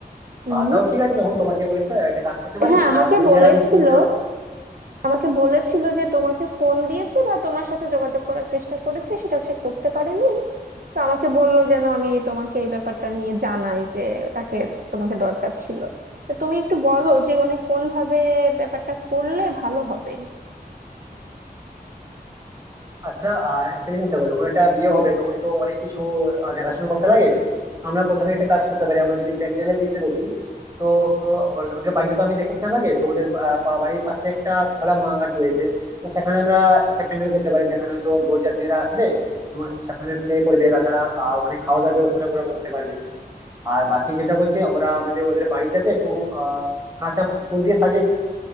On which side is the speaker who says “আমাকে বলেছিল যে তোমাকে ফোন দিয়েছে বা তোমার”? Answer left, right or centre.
Right